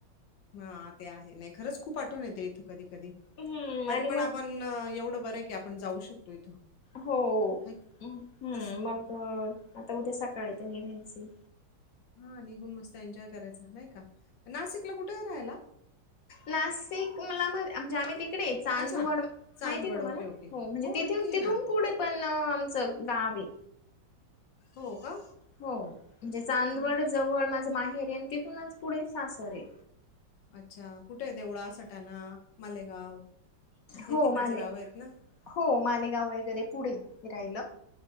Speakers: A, on the left; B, on the left.
A: ह ते आहे नाही खरंच खूप आठवण येत इथं कधी कधी
B: हम्म
A: तरी
B: आणि मग
A: पण आपण एवढं बरं हाय की आपण जाऊ शकतो इथं
B: हो
A: हाय की.
B: हू
A: तस
B: मग आता उद्या सकाळी तर निघायचंय
A: हा निघून मस्त एन्जॉय करायचा नाही का नाशिकला कुठ राहायला
B: नाशिक मला म्हणजे आम्ही तिकडे चांदवड
A: अच्छा, चांदवड.
B: माहिती आहे तुम्हाला
A: ओके, ओके.
B: हो म्हणजे तिथून
A: माहिती आहे
B: तिथून
A: ना.
B: पुढे पण आमचं गाव हाय
A: हो का
B: हो म्हणजे चांदवड
A: मग
B: जवळ माझ माहेर हाय आणि तिथूनच पुढे सासर हाय
A: अच्छा कुठ हाय यादेवळा सटाणा मालेगाव हे
B: हो
A: तिकडचे
B: माले
A: गावं आहेत ना?
B: हो मालेगाव वगैरे पुढे राहिलं